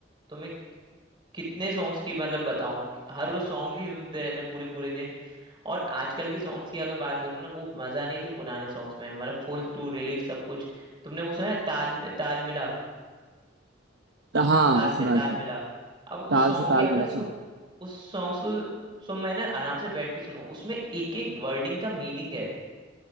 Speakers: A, on the right; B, on the right.
A: तुम्हें कितने सॉन्ग्स की मतलब बताऊं हर रोज सॉन्ग ही सुनते रहते हैं पूरे पूरे दिन और आजकल के सॉन्ग्स की अगर बात करूँ ना वो मजा नहीं जो पुराने सॉन्ग्स में है मतलब फुल टू रिलिक्स सब कुछ तुमने वो सुना है ताल में ताल मिला
B: हाँ
A: ताल
B: सुना
A: से ताल
B: है, सुना
A: मिला
B: है।
A: अब उस
B: ताल
A: सॉन्ग
B: से ताल
A: के अगर
B: मिला सुना
A: तुम
B: है।
A: उस सॉन्ग्स को सो मैं ना आराम से बैठ के सुनो उसमें एक एक वर्डिंग का मीनिंग है